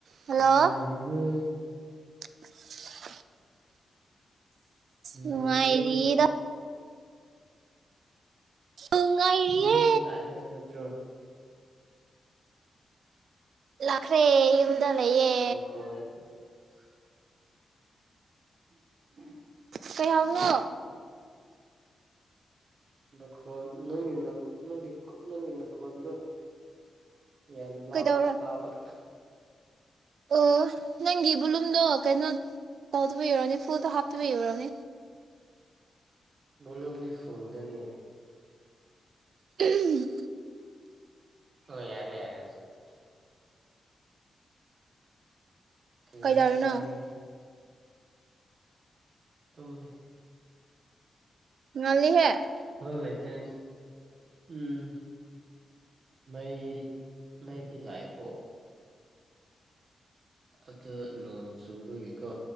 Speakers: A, on the right; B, on the right.
A: hello
B: ꯅꯨꯡꯉꯥꯏꯔꯤꯕ꯭ꯔꯣ
A: <inaudible>
B: ꯅꯨꯡꯉꯥꯏꯔꯤꯕ꯭ꯔꯣ
A: ꯅꯨꯡꯉꯥꯏꯔꯤꯌꯦꯗ ꯅꯨꯡꯉꯥꯏꯔꯤꯌꯦ
B: ꯌꯨꯝꯗ ꯂꯥꯛꯑꯦ ꯍꯥꯏꯕ ꯅꯠꯇ꯭ꯔꯣ
A: ꯂꯥꯛꯈ꯭ꯔꯦ ꯌꯨꯝꯗ ꯂꯩꯌꯦ
B: ꯅꯈꯣꯟ <inaudible> <inaudible>
A: ꯀꯩ ꯍꯥꯏꯕꯅꯣ
B: ꯅꯪꯈꯣꯜ ꯅꯣꯏꯒꯤ ꯅꯪ ꯅꯪꯒꯤ ꯈꯨ ꯅꯪꯒꯤ ꯅꯈꯣꯟꯗꯨ ꯌꯥꯝ ꯂꯥꯞꯅ
A: ꯀꯩꯗꯧꯔ
B: ꯇꯥꯕ
A: ꯑꯣ ꯅꯪꯒꯤ ꯕꯨꯂꯨꯝꯗꯣ ꯀꯩꯅꯣ ꯇꯧꯗꯕꯩ ꯑꯣꯏꯔꯝꯅꯤ ꯐꯨꯜꯇ ꯍꯥꯞ ꯇꯕꯩ ꯑꯣꯏꯔꯝꯅꯤ
B: ꯕꯣꯂꯨꯝꯗꯤ ꯐꯨꯜꯗꯅꯤ
A: ꯎꯍꯨꯝ
B: ꯑꯣ ꯌꯥꯔꯦ ꯌꯥꯔꯦ ꯍꯧꯖꯤꯛꯇꯤ ꯀ꯭ꯔꯤ ꯍꯦꯟꯖꯥꯡ
A: ꯀꯩꯗꯧꯔꯤꯅꯣ
B: ꯆꯥꯒꯦ ꯇꯨꯝꯃꯦ
A: ꯉꯜꯂꯤꯍꯦ
B: ꯊꯕꯛ ꯂꯩꯇ꯭ꯔꯦ ꯎꯝ ꯃꯩ ꯃꯩꯇꯤ ꯂꯀꯑꯦꯀꯣ ꯑꯗꯨ ꯅꯣꯡ ꯆꯨꯕꯒꯤꯀꯣ